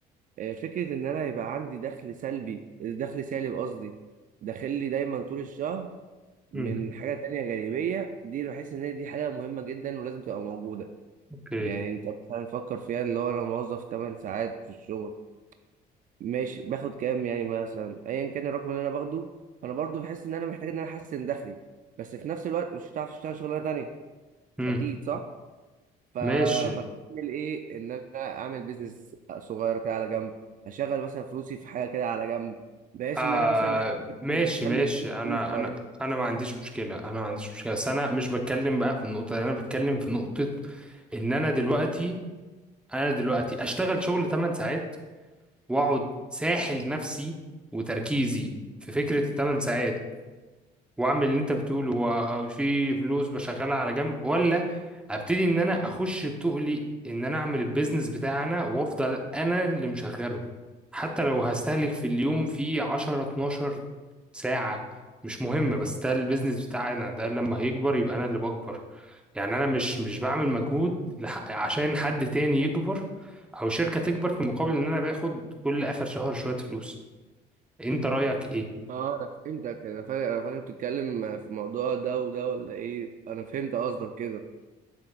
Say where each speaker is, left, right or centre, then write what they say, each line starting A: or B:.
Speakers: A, on the right (about 50°); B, in the centre.
A: آه، فكره ان انا يبقى عندي دخل سلبي دخل سالب قصدي داخل لي دايما طول الشهر من
B: مم.
A: حاجه تانية جانبيه دي بحس ان هي دي حاجه مهمه جدا ولازم تبقى موجوده
B: اوكي
A: يعني انت مثلا فكر فيها اللي هو انا موظف 8 ساعات في الشغل ماشي باخد كام يعني مثلا ايا كان الرقم اللي انا باخده فانا برضو بحس ان انا محتاج ان انا احسن دخلي بس في نفس الوقت مش هتعرف تشتغل شغلانه تانية
B: امم
A: اكيد صح ف
B: ماشي
A: فبعمل ايه ان انا اعمل بيزنس صغير كده على جنب اشغل مثلا فلوسي في حاجه كده على جنب بحيث
B: آه
A: ان انا مثلا دي حاجة
B: ماشي
A: بتدخل
B: ماشي
A: لي فلوس
B: انا
A: كل شويه
B: انا انا ما عنديش مشكله انا ما عنديش مشكله بس انا مش بتكلم بقى في النقطه دي انا بتكلم في نقطه ان انا دلوقتي انا دلوقتي اشتغل شغل 8 ساعات واقعد ساحل نفسي وتركيزي في فكره 8 ساعات واعمل اللي انت بتقوله وفي فلوس بشغلها على جنب ولا ابتدي ان انا اخش بتقلي ان انا اعمل البيزنس بتاعنا وافضل انا اللي مشغله حتى لو هستهلك في اليوم في 10 12 ساعة مش مهمة بس ده البيزنس بتاعنا ده لما هيكبر يبقى انا اللي بكبر يعني انا مش مش بعمل مجهود لح- عشان حد تاني يكبر او شركة تكبر في مقابل ان انا باخد كل اخر شهر شوية فلوس انت رأيك ايه؟
A: اه انا فهمتك انا فاكر انا فاكر بتتكلم في الموضوع ده وده ولا ايه انا فهمت قصدك كده